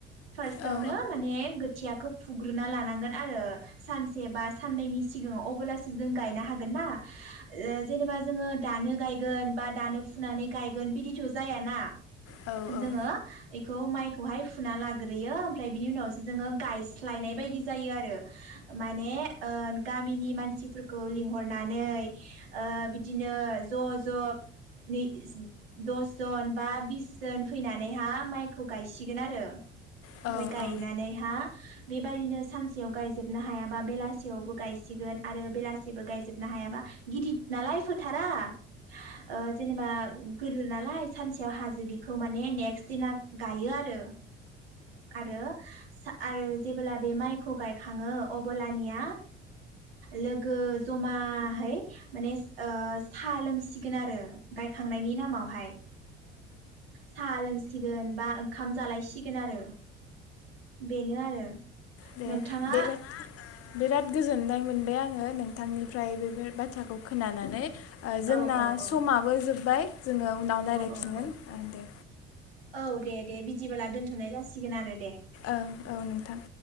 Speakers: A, on the right; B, on the left.
A: फार्स्टावनो
B: औ
A: माने गोथियाखौ फुग्रोनना लानांगोन आरो सानसे बा साननैनि सिगाङाव अब्लासो जों गायनो हागोन ना ओ जेनेबा जोङो दानो गायगोन बा दानो फुनानै गायगोन बिदिथ' जायाना।
B: औ। औ
A: जोङो
B: औ
A: बेखौ माइखौहाय फुना लाग्रोयो ओमफ्राय बिनि उनावसो जोङो गायस्लायनाय बायदि जायो आरो माने ओ गामिनि मानसिफोरखौ लिंहरनानै ओ बिदिनो ज' ज' नै दसजन बा बिसजोन फैनानैहा माइखौ गायसिगोन आरो।
B: औ
A: ओमफ्राय गायनानैहा।
B: औ
A: बेबायदिनो सानसेयाव गायजोबनो हायाबा बेलासियावबो गायसिगोन आरो बेलासेबो गायजोबनो हायाबा गिदद नालाय फोथारा। ओ जेनेबा गोदोर नालाय सानसेयाव हाजो बि खौ माने नेक्स्ट दिना गायो आरो। आरो सा आरो जेबोला बे माइखौ गायखाङो अबोलानिया लोगो जमाहै माने साहा लोंसिगोन आरो गायखांनायनि नामावहाय साहा लोंसिगोन बा ओंखाम जालायसिगोन आरो बेनो आरो
B: दे
A: नोंथाङा
B: बिराद बिराद गोजोननाय मोनबाय आङो नोंथांनिफ्राय बेफोर बाथ्राखौ खोनानानै जोंना
A: औ औ औ
B: समाबो जोब्बाय जोङो उनाव रायज्लायफिनगोन
A: औ औ
B: दे
A: औ देे दे बिदिब्ला दोनथ'नाय जासिगोन सिगोन आरो दे।
B: ओ औ नोंथां।